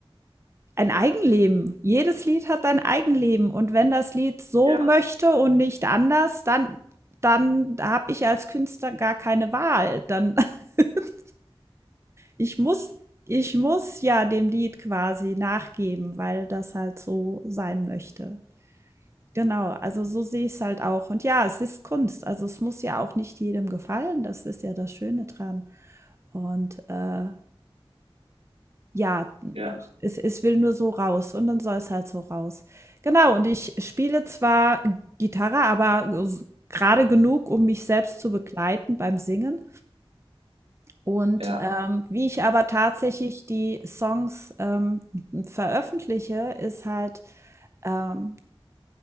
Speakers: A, on the right (about 30°); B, on the right (about 70°).
A: ein Eigenleben. Jedes Lied hat ein Eigenleben und wenn das Lied so
B: Ja,
A: möchte und nicht anders, dann dann habe ich als Künstler gar keine Wahl. Dann <laughs> ich muss ich muss ja dem Lied quasi nachgeben, weil das halt so sein möchte. Genau, also so sehe ich es halt auch. Und ja, es ist Kunst. Also, es muss ja auch nicht jedem gefallen. Das ist ja das Schöne dran. Und, äh, ja,
B: ja.
A: es es will nur so raus und dann soll es halt so raus. Genau, und ich spiele zwar Gitarre, aber s grade genug, um mich selbst zu begleiten beim Singen. Und,
B: Ja,
A: ähm, wie ich aber tatsächlich die Songs, ähm, veröffentliche, ist halt, ähm,